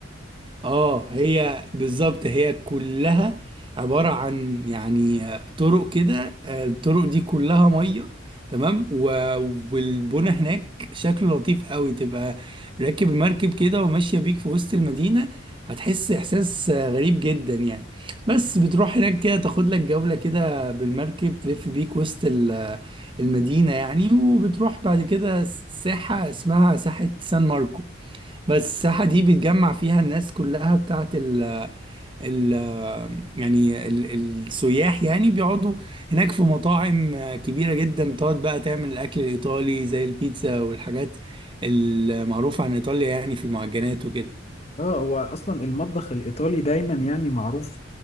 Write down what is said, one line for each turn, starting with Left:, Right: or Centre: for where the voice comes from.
Right: اه هي بالظبط هي كلها عبارة عن يعني آه، طرق كده آه، الطرق دي كلها مية تمام و- والبنا هناك شكله لطيف قوي تبقى راكب المركب كده وماشية بيك في وسط المدينة هتحس إحساس آه، غريب جدا يعني بس بتروح هناك كده تاخد لك جولة كده بالمركب تلف بيك وسط ال- آه، المدينة يعني وبتروح بعد كده ساحة اسمها ساحة سان ماركو بس الساحة دي بيتجمع فيها الناس كلها بتاعت ال ال يعني ال السياح يعني بيقعدوا هناك في مطاعم كبيرة جدا بتقعد بقى تعمل الأكل الإيطالي زي البيتزا والحاجات المعروفة عن إيطاليا يعني في المعجنات وكده
Left: اه هو اصلا المطبخ الايطالي دايما يعني معروف